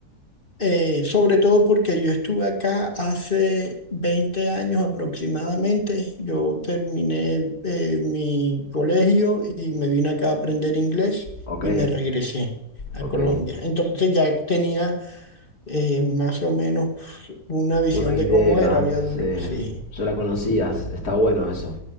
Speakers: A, on the left; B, on the left.
A: Eh, sobre todo porque yo estuve acá hace 20 años aproximadamente. Yo terminé eh, mi colegio y me vine acá a aprender inglés
B: ok,
A: y me regresé a
B: ok.
A: Colombia. Entonces ya tenía eh, más o menos una visión
B: Una idea,
A: de cómo era. Había dura-
B: sí.
A: Sí,
B: Ya la conocías, está bueno eso.